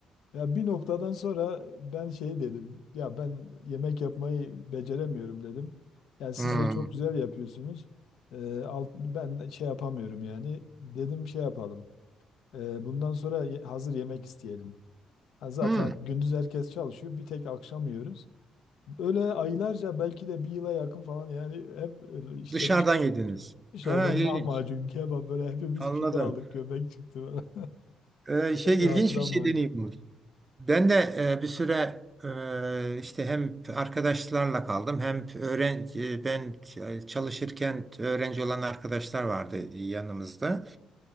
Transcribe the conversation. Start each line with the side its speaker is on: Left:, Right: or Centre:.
Left: Ya bir noktadan sonra ben şey dedim. Ya ben yemek yapmayı beceremiyorum dedim. Yani siz
Right: Hmm.
Left: de çok güzel yapıyorsunuz. Ee, alt- ben şey yapamıyorum yani. Dedim şey yapalım. Ee, bundan sonra ye- hazır yemek isteyelim. Ha, Zaten
Right: Hmm.
Left: gündüz herkes çalışıyor. Bir tek akşam yiyoruz. Öyle aylarca belki de bir yıla yakın falan yani hep öyle işte
Right: Dışarıdan
Left: dışarıdan,
Right: yediniz.
Left: dışarıdan
Right: Ha, ilginç.
Left: lahmacun, kebap böyle hepimiz
Right: Anladım.
Left: kilo aldık. Göbek çıktı böyle.
Right: Ee,
Left: <laughs>
Right: şey
Left: Bir hatıram
Right: ilginç bir şey
Left: vardı.
Right: deneyimmiş. Ben de e, bir süre e, işte hem arkadaşlarla kaldım hem öğrenci ben çalışırken öğrenci olan arkadaşlar vardı yanımızda.